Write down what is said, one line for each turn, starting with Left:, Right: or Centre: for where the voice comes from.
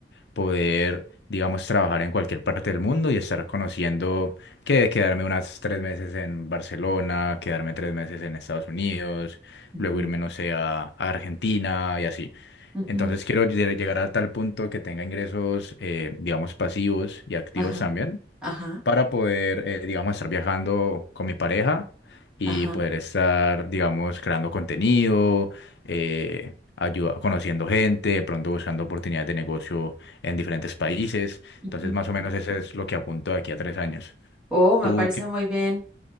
Left: poder, digamos, trabajar en cualquier parte del mundo y estar conociendo que quedarme unas tres meses en Barcelona, quedarme tres meses en Estados Unidos,
Centre: ujú,
Left: luego irme, no sé, a, a Argentina y así.
Centre: ujú,
Left: Entonces quiero lle- llegar a tal punto que tenga ingresos, eh, digamos, pasivos y activos
Centre: Ajá,
Left: también
Centre: ajá,
Left: para poder, eh, digamos, estar viajando con mi pareja y
Centre: ajá.
Left: poder estar, digamos, creando contenido, eh, ayuda- conociendo gente, de pronto buscando oportunidades de negocio en diferentes países.
Centre: ujú.
Left: Entonces, más o menos eso es lo que apunto de aquí a tres años.
Centre: Oh, me
Left: ¿Tú,
Centre: parece
Left: qué-
Centre: muy bien.